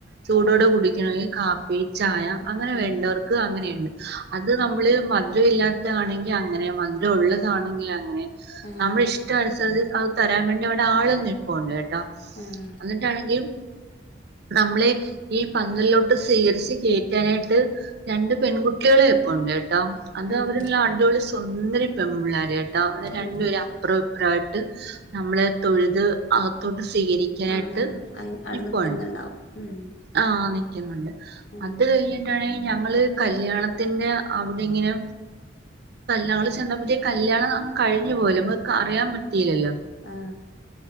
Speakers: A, on the right; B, on the left.
A: ചൂടോടെ
B: ആഹ്
A: കുടിക്കണമെങ്കിൽ കാപ്പി ചായ
B: ആഹ്
A: അങ്ങനെ
B: ആഹ്
A: വേണ്ടവർക്ക്
B: ഓക്കെ ആഹ്
A: അങ്ങനെയുണ്ട് അത് നമ്മള് മധുരം ഇല്ലാത്തതാണെങ്കിൽ അങ്ങനെ മധുരം ഉള്ളതാണെങ്കിൽ അങ്ങനെ
B: ആഹ്
A: നമ്മള ഇഷ്ടം അനുസ ച്ചത് അത് തരാൻ വേണ്ടി അവിടെ ആൾ നിപ്പുണ്ട് കേട്ടോ
B: ആഹ്
A: എന്നിട്ടാണെങ്കിൽ നമ്മളെ ഈ പന്തലിലോട്ട് സ്വീകരിച്ച് കേറ്റി- റ്റാനായിട്ട് രണ്ട് പെൺകുട്ടികള് നിപ്ഉണ്ട് കേട്ടോ അത്
B: ആഹ്
A: അവര് നല്ല അടിപൊളി സുന്ദരി പെൺ പിള്ളേര് കേ ട്ടോ അവിടെ രണ്ടുപേര്
B: ആഹ്
A: അപ്പുറം ഇപ്ര ആയിട്ട് നമ്മളെ തൊഴുത് അകത്തോട്ട് സ്വീകരിക്കാനായിട്ട്
B: ആഹ് അയ് അവിടെ
A: നിപ്പുണ്ട്
B: നിക്കുന്നുണ്ടാവും ഉം
A: ആ നിക്കുന്നുണ്ട്
B: ആഹ്
A: അത് കഴിഞ്ഞിട്ടാണെങ്കിൽ ഞങ്ങ ള് കല്യാണത്തിന്റെ അവിടെ ഇങ്ങനെ ഞങ്ങൾ ചെന്നപ്പോത്തിനു കല്യാണം കഴിഞ്ഞു പോലും ഞങ്ങക്ക് അറിയാൻ പറ്റീല്ലല്ലോ
B: ആ